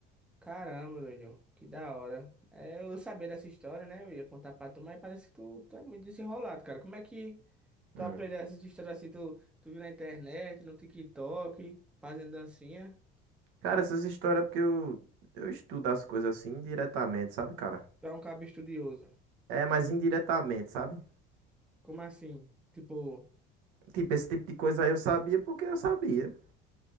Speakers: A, in the centre; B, on the right.
A: Caramba, doido. Que da hora. É, eu sabia dessa história, né? Eu ia contar pra tu, mas parece que tu, tu é muito desenrolado, cara. Como é que tu
B: Hum.
A: aprendeu essas histórias assim? Tu, tu viu na internet, no TikTok, fazendo dancinha?
B: Cara, essas histórias é porque eu, eu estudo as coisas assim indiretamente, sabe, cara?
A: Tu é um cabo estudioso.
B: É, mas indiretamente, sabe?
A: Como assim? Tipo,
B: Tipo, esse tipo de coisa aí eu sabia porque eu sabia.